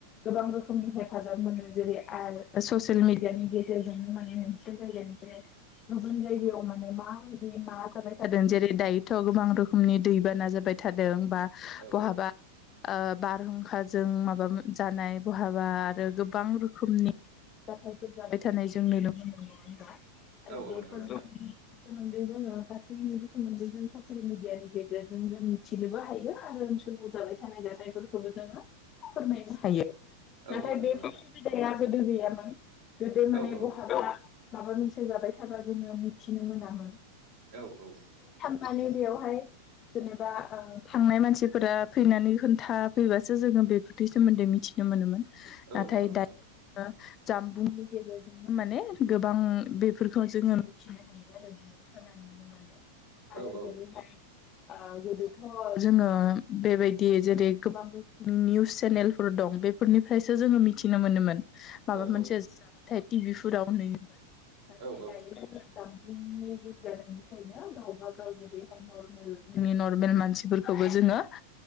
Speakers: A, on the left; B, on the right.
A: गोबां रोखोमनि हेफाजाब मोनो जेरै आरो ससियेल मिडियानि गेजेरजोंनो माने मोनसे जायो गुबुन जायगायाव माने माबायदि मा जाबाय थादों जेरै दायोथ' गोबां रोखोमनि दै बाना जाबाय थादों बा
B: औ
A: बहाबा
B: औ
A: ओ बारहुंखाजों माबा जानाय बहाबा आरो गोबां रोखोमनि जाथायफोर जाबाय थानाय जों नुनो मोनो नङा होनबा आरो
B: औ
A: बेफोर
B: औ नंगौ नोंथां
A: जोंनि सोमोन्दै जोङो गासैनिबो सोमोन्दै जों ससियेल मिडियानि गेजेरजों जों मिथिनोबो हायो आरो जाबाय थानाय जाथायफोरखौबो जोङो फोरमायनो हायो
B: औ
A: नाथाय
B: औ नंगौ
A: बे
B: नोंथां
A: उसुबिदाया गोदो गैयामोन गोदो माने
B: औ औ
A: बहाबा माबा मोनसे जाबाय थाबा जोङो मिथिनो मोनामोन
B: औ औ
A: माने बेवहाय जेनेबा थांनाय मानसिफोरा फैनानै खोन्था फैबासो जोङो बेफोरनि सोमोन्दै मि- थिनो मोनोमोन
B: औ
A: नाथाय
B: नंगौ नोंथां
A: दायो जोङो जानबुंनि गेजेरजोंनो माने गोबां बेफोरखौ जोङो मिथिनो हायो आरो खोनानो मोनो नो माने आरो
B: औ औ
A: जेरैहाय ओ गोदोथ' जोङो बेबायदि जेरै गोबां रोखोमनि निउस चेनेल फोर दं बेफोरनिफ्रायो जोङो मिथिनो मोन माबा
B: औ
A: मोनसे जाबाथाय नाथाय टिभि फोराव नुयोमोन नाथाय
B: औ
A: दायो जानबुंनि जुग जानायनिफायनो गावबा गाव जेरैहाय नर्मेल मानसिफोरखौ जोङो